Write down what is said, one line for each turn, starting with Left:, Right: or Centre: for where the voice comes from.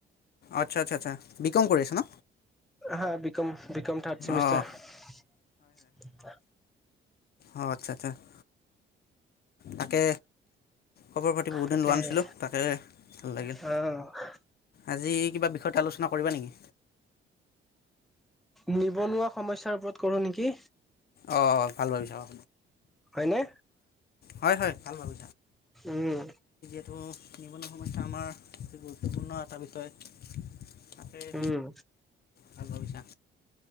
Left: আচ্ছা আচ্ছা আচ্ছা বিকম কৰি আছা ন।
Centre: হা বিকম। বি কম থাৰ্ড চেমিষ্টাৰ।
Left: অঁ অ আচ্ছা আচ্ছা। এ। তাকে খবৰ পাতি বহুত
Centre: তাকে
Left: দিন লোৱা নাছিলোঁ তাকে ভাল লাগিল।
Centre: অ',
Left: আজি কিবা বিষয়ত আলোচনা কৰিবা নেকি?
Centre: নিবনুৱা সমস্যাৰ ওপৰত কৰোঁ নেকি?
Left: অ ভাল লাগিছা অ।
Centre: হয়নে?
Left: হয় হয় ভাল বাৰু।
Centre: উম।
Left: ত' নিবনুৱা সময়স্যা আমাৰ গুৰুত্বপূৰ্ণ। তাৰ বিষয়ে তাকেই
Centre: উম,
Left: ভাল ভাবিছা।